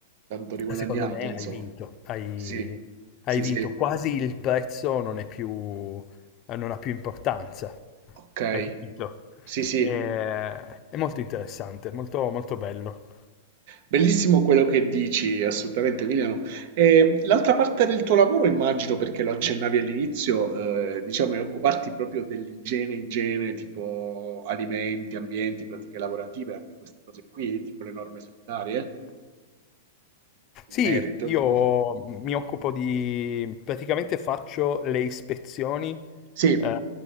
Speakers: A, on the right; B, on the left.
A: tanto riguadagnato,
B: secondo me
A: insomma.
B: hai vinto, hai,
A: Sì,
B: hai
A: sì,
B: vinto,
A: sì,
B: quasi il prezzo non è più, eh, non ha più importanza,
A: ok.
B: hai capito?
A: Sì, sì.
B: È, è molto interessante, molto, molto bello.
A: Bellissimo quello che dici, assolutamente Emiliano. E l'altra parte del tuo lavoro, immagino, perché lo accennavi all'inizio, eh, diciamo, è occuparti proprio dell'igiene, igiene, tipo alimenti, ambienti, pratiche lavorative, anche queste cose qui, tipo le norme sanitarie, eh, in
B: Sì,
A: merito.
B: io
A: Mhm.
B: mi occupo di... praticamente faccio le ispezioni
A: Sì.
B: eh,